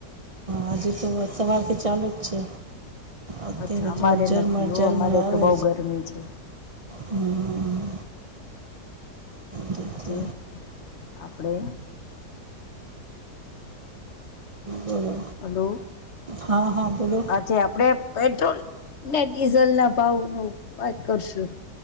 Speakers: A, on the right; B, on the left.
A: આજે તો સવારથી ચાલુ જ છે અત્યારે
B: અચ્છા અમારે
A: થોડોક ઝરમર
B: નથી હો
A: ઝરમર
B: અમારે
A: આવે
B: તો બહ ગરમી છે
A: હમ, ઠીક છે.
B: જે આપણે
A: બોલો
B: હલો
A: હા હા બોલો
B: આછ આપડે પેટ્રોલ ને ડીઝલ ના ભાવ નું વાત કરશું